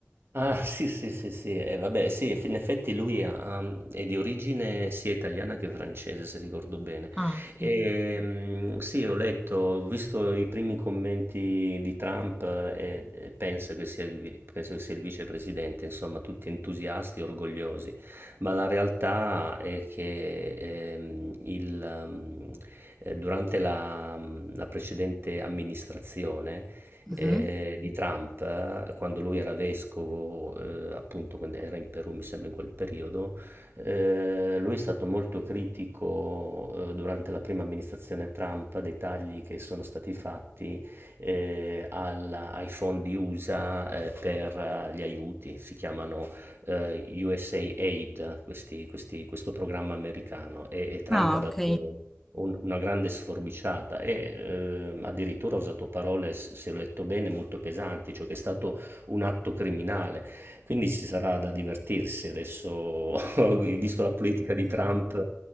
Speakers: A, on the right (about 55°); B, in the centre.
A: Ah, <laughs> sì, sì, sì, sì, eh, vabbè, sì, eff- in effetti lui ha- ha- è di origine sia italiana che francese, se ricordo bene.
B: Ah, ok.
A: E, mm, sì, ho letto, ho visto i primi commenti di Trump eh, e, e penso che sia il, vi- penso che sia il vicepresidente, insomma, tutti entusiasti e orgogliosi, ma la realtà è che ehm, il, mm, eh, durante la la precedente amministrazione
B: Mhm.
A: eh, di Trump, eh, quando lui era vescovo, eh, appunto quando era in Perù, mi sembra in quel periodo, eh, lui è stato molto critico eh, durante la prima amministrazione Trump dei tagli che sono stati fatti eh, alla- ai fondi USA eh, per eh, gli aiuti, si chiamano eh, USA Aid, questi- questi- questo programma americano, e, e Trump
B: Ah,
A: ha dato
B: ok,
A: un- una grande sforbiciata e eh, addirittura ha usato parole, s- se ho letto bene, molto pesanti, cioè che è stato un atto criminale. Quindi ci sarà da divertirsi adesso, <laughs> visto la politica di Trump